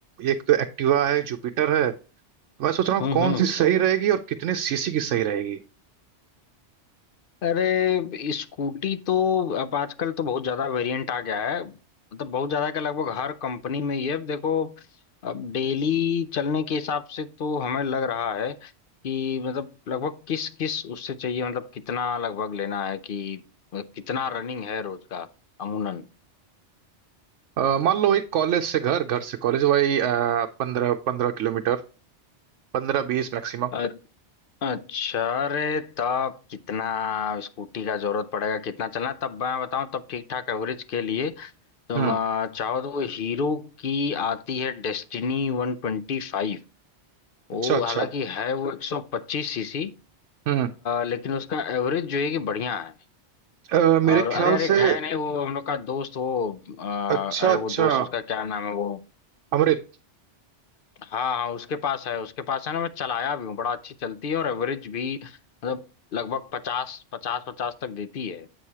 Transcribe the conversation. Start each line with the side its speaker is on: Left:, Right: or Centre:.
Right: एक तो एक्टिवा है जुपिटर है मैं सोच रहा हूँ
Left: हम्म
Right: कौन
Left: हम्म।
Right: सी सही रहेगी और कितने सीसी की सही रहेगी
Left: अरे स्कूटी तो अब आजकल तो बहुत ज्यादा वेरिएंट आ गया है मतलब बहुत ज्यादा का लगभग हर कंपनी में ये अब देखो अब डेली चलने के हिसाब से तो हमें लग रहा है कि मतलब लगभग किस किस उससे चाहिए मतलब कितना लगभग लेना है कि कितना रनिंग है रोज का अमूनन
Right: अ, मान लो एक कॉलेज से घर घर से कॉलेज वही पंद्रह पंद्रह किलोमीटर पंद्रह बीस मैक्सिमम
Left: अ- अच्छा अरे तब कितना स्कूटी का जरूरत पड़ेगा कितना चलना है, तब मैं बताऊं तब ठीक ठाक एवरेज के लिए तुम
Right: हम्म
Left: आ, चाहो तो वो हीरो की आती है डेस्टिनी वन ट्वेंटी फाइव वो
Right: अच्छा अच्छा
Left: हालांकि है वो एक सौ पच्चीस सीसी
Right: हम्म
Left: लेकिन उसका एवरेज जो है कि बढ़िया है
Right: अ, मेरे
Left: और अरे
Right: ख्याल
Left: अरे एक
Right: से
Left: है नहीं वो हम लोग का दोस्त वो आ,
Right: अच्छा
Left: अरे
Right: अच्छा
Left: वो दोस्त उसका क्या नाम है वो
Right: अमृत
Left: हाँ हाँ उसके पास है उसके पास है ना मैं चलाया भी हूँ बड़ा अच्छी चलती है और एवरेज भी मतलब लगभग पचास पचास पचास तक देती है